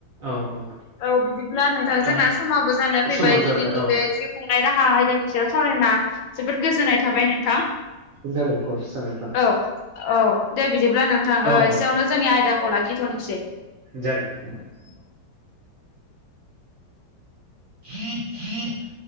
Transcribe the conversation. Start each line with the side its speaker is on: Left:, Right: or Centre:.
Right: औ औ
Left: औ बिदिब्ला नों- -थां
Right: दा
Left: जोंना समाबो जाना फैबाय
Right: समाव जाबाय
Left: दिनैनि
Right: औ
Left: बे जिउ खुंनाय राहा आयदानि सायाव सावरायना जोबोद गोजोननाय थाबाय नों- -थां
Right: जाबाय कर्स जाबाय
Left: औ औ दे बिदिब्ला नोंथां
Right: औ
Left: एसेयावनो
Right: औ
Left: जोंनि आयदाखौ ला- -खिथ'नोसै।
Right: जागोन नोंथां। <unintelligible>